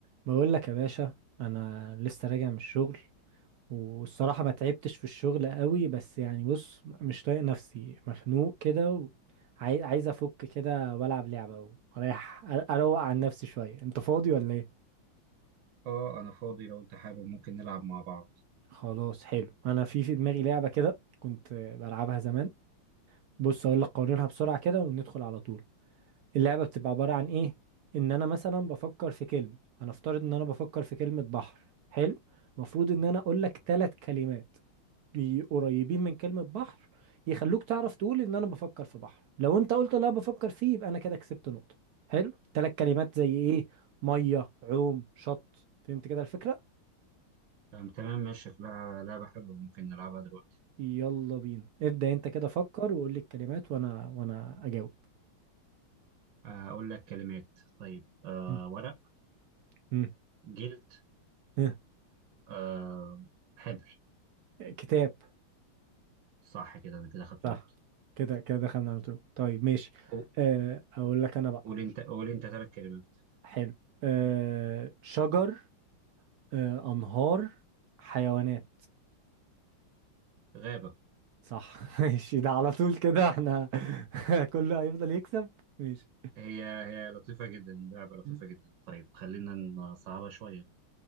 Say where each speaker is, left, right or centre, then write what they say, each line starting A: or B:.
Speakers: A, on the right; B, on the right.
A: بقول لك يا باشا انا لسه راجع من الشغل والصراحه ما تعبتش في الشغل قوي بس يعني بص مش طايق نفسي مخنوق كده وعايز عايز افك كده والعب لعبه واريح أ- اروق عن نفسي شويه انت فاضي ولا ايه
B: اه انا فاضي لو انت حابب ممكن نلعب مع بعض
A: خلاص حلو انا في في دماغي لعبه كده كنت بلعبها زمان بص اقول لك قوانينها بسرعه كده وندخل على طول اللعبه بتبقى عباره عن ايه ان انا مثلا بفكر في كلمه هنفترض ان انا بفكر في كلمه بحر حلو المفروض ان انا اقول لك ثلاث كلمات بي- قريبين من كلمة بحر يخلوك تعرف تقول ان انا بفكر في بحر لو انت قلت لا بفكر فيه يبقى انا كده كسبت نقطة حلو ثلاث كلمات زي ايه مية عوم شط فهمت كده الفكرة
B: تمام تمام، ماشي شكلها لعبة حلوة ممكن نلعبها دلوقتي
A: يلا بينا ابدأ انت كده فكر وقول لي الكلمات وانا وانا اجاوب
B: آه، أقول لك كلمات طيب أه
A: م.
B: ورق
A: م.
B: جلد
A: ها.
B: أه حبر
A: كتاب
B: صح كده أنا كده خدت
A: صح
B: نقطة
A: كده كده دخلنا على طول طيب ماشي
B: قو-
A: آه، اقول لك انا بقى
B: قول أنت قول أنت ثلاث كلمات
A: حلو آه، شجر آه، انهار حيوانات
B: غابة
A: صح <laughs> ماشي ده على طول كده احنا <laughs> كله هيفضل يكسب ماشي
B: هي هي لطيفة جدا لعبة لطيفة
A: مم.
B: جدا طيب خلينا نصعبها شوية